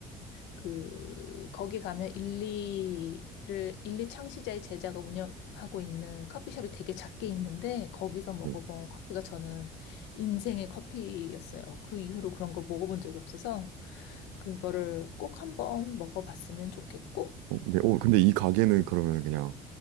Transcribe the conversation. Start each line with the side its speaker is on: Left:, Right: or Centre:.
Left: 그 거기 가면 일리를 일리 창시자의 제자가 운영하고 있는 커피숍이 되게 작게 있는데 거기서 먹어본
Right: 네,
Left: 커피가 저는 인생의 커피였어요. 그 이후로 그런 걸 먹어본 적이 없어서 그거를 꼭 한번 먹어봤으면 좋겠고
Right: 어, 네, 어, 근데 이 가게는 그러면 그냥